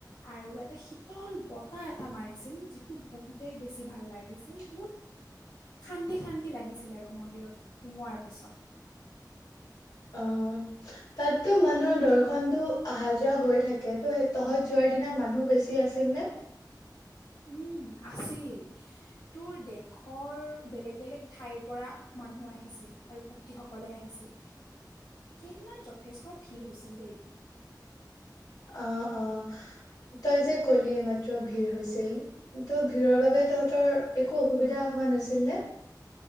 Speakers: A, on the left (about 80°); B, on the left (about 65°).
A: আৰু এটা শীতল বতাহ এটা মাৰিছিল যিটো বহুতেই বেছি ভাল লাগিছিল।
B: <unintelligible>
A: বহুত শান্তি শান্তি লাগিছিলে আৰু মন্দিৰত সোমোৱাৰ পিছত।
B: অ। তাততো মানুহৰ দৰ্শনতো অহা যোৱা হৈ থাকে। ত' তহঁত যোৱাৰ দিনা মানুহ বেছি আছিল নে?
A: উম আছিল। তোৰ দেশৰ বেলেগ বেলেগ ঠাইৰ পৰা মানুহ আহিছে আৰু ভক্তিসকলে আহিছে। সেইদিনা যথেষ্ট ভিৰ হৈছিল দেই।
B: অ অ। তই যে কলি এ মাত্ৰ ভিৰ হৈছিল। ত' ভিৰৰ বাবে তহঁতৰ একো অসুবিধা হোৱা হোৱা নাছিল নে?